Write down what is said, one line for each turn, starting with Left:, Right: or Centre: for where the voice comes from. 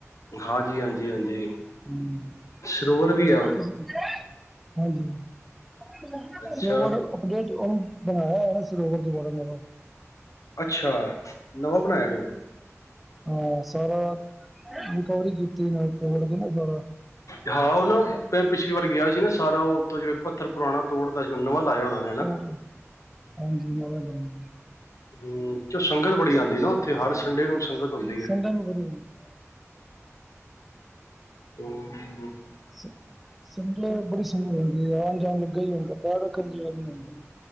Left: ਹਾਂਜੀ
Centre: ਕ
Left: ਹਾਂਜੀ ਹਾਂਜੀ
Centre: ਹੂੰ
Left: ਸਰੋਵਰ ਵ ਆ
Centre: ਹੋਰ? ਡੇਟ ਓ ਬਣਾਏਆ
Left: ਅੱਛਾ
Centre: ਹੋਏਆ ਨਾ ਸਰੋਵਰ ਦੁਆਾਰੇ
Left: ਅੱਛਾ ਨਵਾਂ ਬਣਾਐਆ ਜ ਹੁਣ?
Centre: ਹਾਂ ਸਾਰਾ, ਰੀਕਵਰੀ ਕੀਤੀ ਨਾ ਬਰਾ
Left: ਹਾਂ ਓ ਨਾ ਮੈਂ ਪਿਛਲੀ ਵਾਰ ਗੇਆ ਸੀ ਨਾ ਸਾਰਾ ਓਤੋਂ ਜੇਵੇਂ ਪੱਥਰ ਪੁਰਾਣਾ ਤੋੜਦਾ ਸੀ ਓ ਨਵਾਂ ਲਾਏਆ ਹੋਣੇ।
Centre: <unintelligible> ਹਾਂਜੀ ਨਵਾ ਲਾਏਆ
Left: ਹੂੰ ਚ ਸੰਗਤ ਬੜੀ ਆਦੀ ਨਾ ਓਥੇ ਹਰ ਸੰਡੇ ਨੂੰ ਸੰਗਤ ਹੁੰਦੀ ਹੈ
Centre: ਸੰਡੇ ਨੂੰ ਬੜੀ ਹੁੰਦੀ ਹੈ
Left: <unintelligible>
Centre: ਸ ਸਮਜ ਲੋ ਸਹ ਹੁੰਦੀ ਆਣ-ਜਾਣ ਲੱਗਾ ਈ ਹੁੰਦਾ ਪੈਰ ਰਖਨ ਦੀ ਜਗਾ ਨੀ ਹੁੰਦੀ।